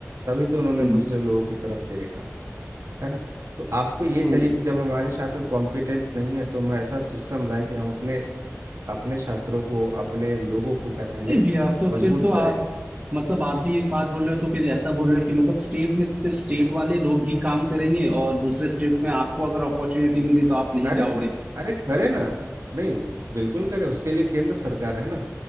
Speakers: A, on the right (about 70°); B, on the right (about 25°).
A: तभी तो उन्होंने
B: हम्म
A: दूसरे लोगों की तरफ देखा है ना तो आपको ये
B: हम्म।
A: चाहिए कि जब हमारे छात्र कॉम्पिटेंट नहीं है तो हम ऐसा सिस्टम लाए कि हम अपने अपने छात्रों को अपने लोगों को पहले
B: नहीं भैया तो
A: मजबूत
B: फिर तो आप
A: करें
B: मतलब आप भी एक बात बोल रहे हो तो फिर ऐसा बोल रहे हो कि मतलब स्टेट में सिर्फ स्टेट वाले लोग ही काम करेंगे और दूसरे स्टेट में आपको अगर अपॉर्चुनिटी मिली तो आप नहीं
A: करें
B: जाओगे
A: ना अरे करें ना नहीं बिल्कुल करें उसके लिए केंद्र सरकार है ना